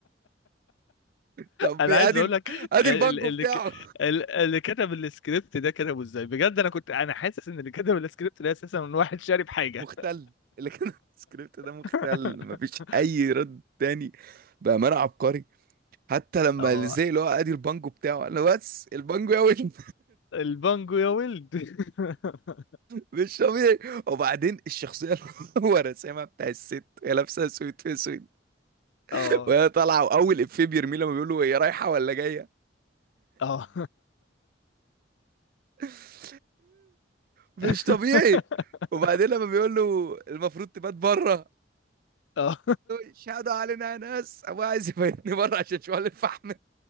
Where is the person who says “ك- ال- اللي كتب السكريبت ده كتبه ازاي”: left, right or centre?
Left